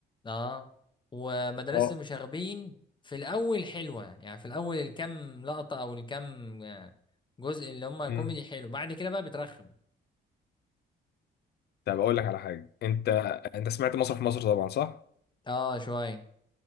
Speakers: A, on the left (about 25°); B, on the left (about 55°).
A: اه ومدرسة
B: اه
A: المشاغبين في الاول حلوة يعني في الاول الكام لقطة او الكام آه، جزء اللي هم كوميدي
B: مم.
A: حلو بعد كده بقى بترخم
B: طب أقول لك على حاجة أنت أنت سمعت مسرح مصر طبعا صح؟
A: اه شوية